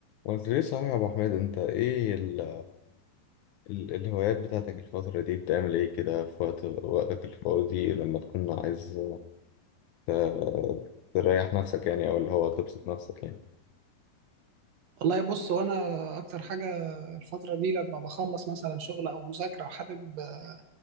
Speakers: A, on the left; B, on the right.
A: ما قلت ليه صحيح يا ابو حميد انت ايه ال ال الهوايات بتاعتك الفترة دي بتعمل ايه كده في وقت وقتك الفاضي لما تكون عايز ت- تريح نفسك يعني او اللي هو تبسط نفسك يعني
B: والله بص وانا اكتر حاجه الفتره دي لما بخلص مثلا شغل او مذاكره وحابب آه،